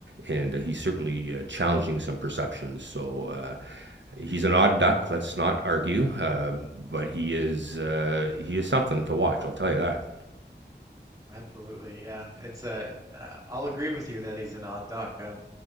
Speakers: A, on the right; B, on the right.
A: and uh, he's
B: mhm.
A: certainly uh, challenging some perceptions. So. Uh, he's an odd duck. Let's not argue, um, but he is uh, he is something to watch. I'll tell you that.
B: Absolutely, yeah. It's a. Uh, I'll agree with you that he's an odd duck. Um,